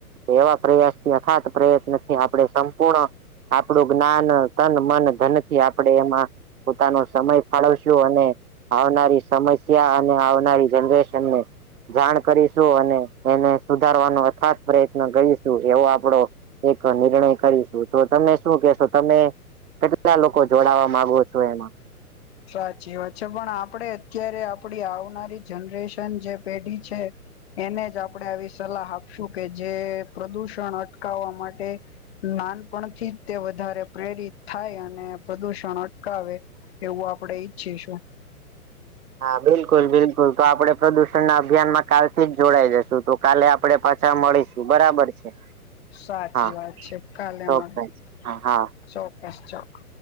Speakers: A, on the right (about 70°); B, on the left (about 40°).
A: એવા પ્રયાસથી અખાત પ્રયત્નથી આપણે સંપૂર્ણ આપડું જ્ઞાન તન મન ધનથી આપણે એમાં પોતાનો સમય ફાળવશે અને આવનારી સમસ્યા અને આવનારી જનરેશનને જાણ કરીશું અને એને સુધારવાનો અથાત પ્રયત્ન કરીશું એવો આપડો એક નિર્ણય કરીશું તો તમે શું કેશો તમે કેટલા લોકો જોડાવા માંગો છો એમાં
B: સાચી વાત છે પણ આપડે અત્યારે આપડી આવનારી જનરેશન જે પેઢી છે એને જ આપણે આવી સલાહ આપશું કે જે પ્રદુષણ અટકાવવા માટે નાનપણથી જ તે વધારે પ્રેરિત થાય અને પ્રદુષણ અટકાવે એવું આપણે ઈચ્છીશું.
A: હા બિલકુલ બિલકુલ તો આપડે પ્રદુષણ ના અભિયાનમાં કાલથી જ જોડાઈ જશે તો કાલે આપડે પાછા મળીશું બરાબર છે
B: સાચી
A: હા
B: વાત છે કાલે
A: ચોક્કસ
B: મળીશું
A: હા હા
B: ચોક્કસ ચોકસ